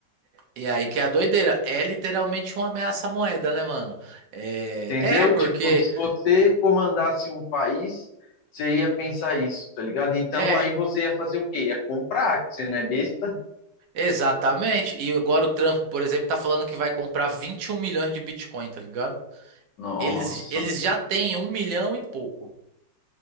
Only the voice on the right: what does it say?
E aí que é a doideira. É literalmente uma ameaça à moeda, né, mano? É,
é porque.
o-
É,
exatamente. E agora o Trump, por exemplo, tá falando que vai comprar 21 milhões de Bitcoin, tá ligado?
Eles, eles já têm um milhão e pouco.